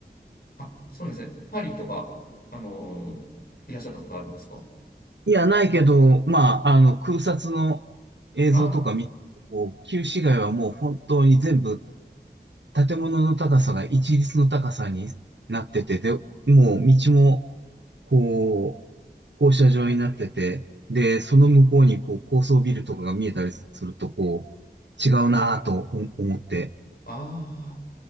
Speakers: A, on the left (about 60°); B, on the right (about 90°).
A: あ、そうなんですね。パリとか、あのーいらっしゃったことあるんですか
B: いや、ないけど、まあ、あの、空撮の映像とか見て、
A: あ
B: こう、旧市街はもう本当に全部建物の高さが一律の高さになってて、で、もう道も、こう、放射状になってて、で、その向こうにこう高層ビルとかが見えたりすると、こう、違うなぁと思思って。
A: あ、